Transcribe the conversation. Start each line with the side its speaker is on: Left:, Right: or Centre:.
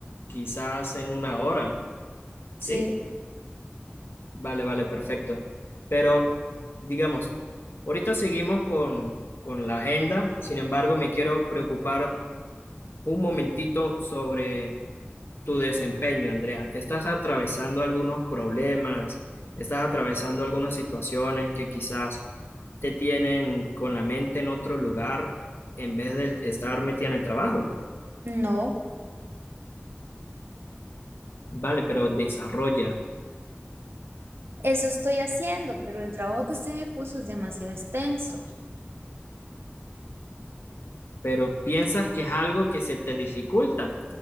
Left: quizás en una hora, ¿sí?
Right: Sí,
Left: Vale, vale, perfecto. Pero, digamos, ahorita seguimos con, con la agenda, sin embargo, me quiero preocupar un momentito sobre tu desempeño, Andrea. ¿Estás atravesando algunos problemas? ¿Estás atravesando algunas situaciones que quizás te tienen con la mente en otro lugar en vez de estar metida en el trabajo?
Right: no.
Left: Vale, pero desarrolla.
Right: Eso estoy haciendo, pero el trabajo que usted me puso es demasiado extenso.
Left: pero piensas que es algo que se te dificulta.